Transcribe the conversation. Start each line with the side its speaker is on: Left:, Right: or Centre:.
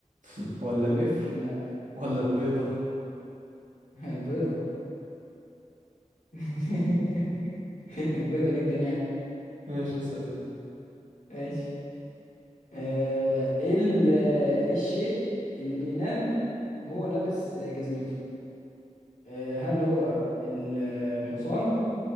Right: <laughs> ولا القفل
Left: اكيد لا
Right: ولا البيضة
Left: <laughs> البيضة <laughs> البيضة جدا يعني
Right: ماشي اسأل يلا
Left: ماشي آه، ايه ال- آه، إيه الشيء اللي بينام وهو لابس آه، جزمته آه، هل هو ال- آه، الحصان